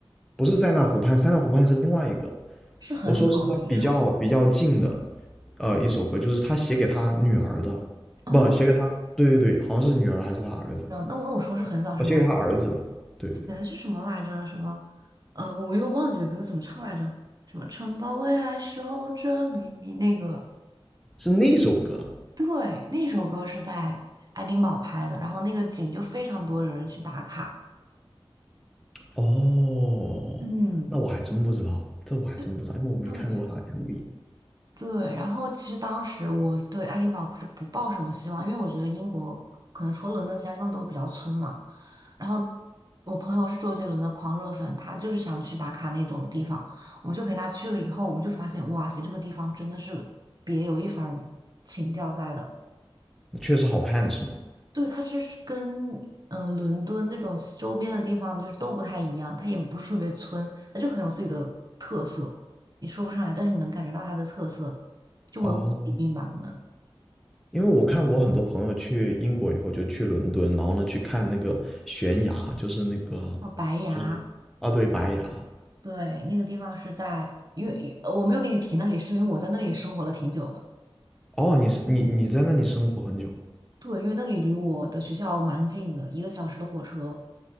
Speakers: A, in the centre; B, on the right.
A: 不是塞纳湖畔，塞纳湖畔是另外一个。
B: <laughs> 是很老的一首歌。
A: 我说是在比较比较近的，呃一首歌，就是他写给他女儿的，
B: 嗯，
A: 不，写给他，对对对，好像是女儿还是他儿子，
B: 没有那我那我说是很早什么？
A: 我写给他儿子的，对对对，
B: 写的是什么来着？什么？呃，我又忘记那个怎么唱来着？什么城堡为爱守着秘密？那个，
A: 是那首歌啊。
B: 对，那首歌是在爱丁堡拍的，然后那个景就非常多人去打卡。
A: 哦，
B: 嗯，
A: 那我还真不知道，这我还真不知道，
B: 对对，
A: 因为我没看过他的 MV。
B: 对，然后其实当时我对爱丁堡不是不抱什么希望，因为我觉得英国可能除了伦敦，其他地方都比较村嘛。然后我朋友是周杰伦的狂热粉，他就是想去打卡那种地方，我们就陪他去了以后，我们就发现，哇塞，这个地方真的是别有一番情调在的。
A: 确实好看是吗？
B: 对，它就是跟嗯、呃伦敦那种周边的地方就是都不太一样，它也不是特别村，它就很有自己的特色，你说不上来，但是你能感觉到它的特色，就文化底蕴吧，
A: 哦，
B: 可能。
A: 因为我看我很多朋友去英国以后就去伦敦，然后呢去看那个悬崖，就是那个
B: 哦，白崖，
A: 就是啊对白崖。
B: 对，那个地方是在，因为呃我没有给你提那里，是因为我在那里生活了挺久的。
A: 哦，你是你你在那里生活很久？
B: 对，因为那里离我的学校蛮近的，一个小时的火车。